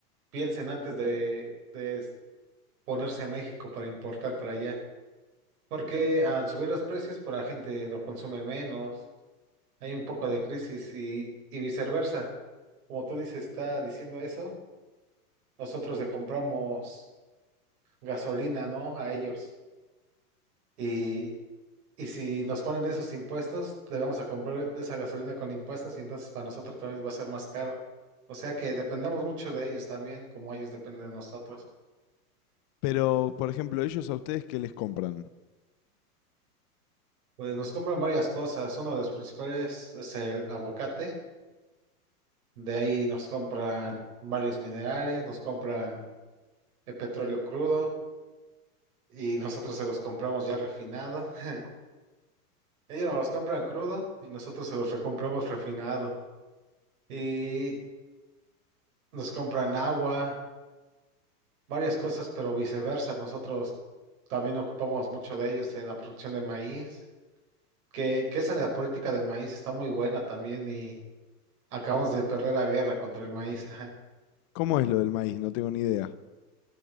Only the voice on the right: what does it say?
piensen antes de, de ponerse en México para importar para allá. Porque al subir los precios, por la gente lo consume menos hay un poco de crisis y, y viceversa. Como tú dices, está diciendo eso, nosotros le compramos gasolina, ¿no? A ellos. Y, y si nos ponen esos impuestos, le vamos a comprar de esa gasolina con impuestos y entonces para nosotros también va a ser más caro. O sea que dependemos mucho de ellos también, como ellos dependen de nosotros.
Pues nos compran varias cosas. Uno de los principales es el aguacate. De ahí nos compran varios minerales, nos compran el petróleo crudo. y nosotros se los compramos ya refinado. <laughs> Ellos nos los compran crudo y nosotros se los recompramos refinado. Y nos compran agua, varias cosas, pero viceversa. Nosotros también ocupamos mucho de ellos en la producción de maíz, que, que esa de la política del maíz está muy buena también y acabamos de perder la guerra contra el maíz. ajá.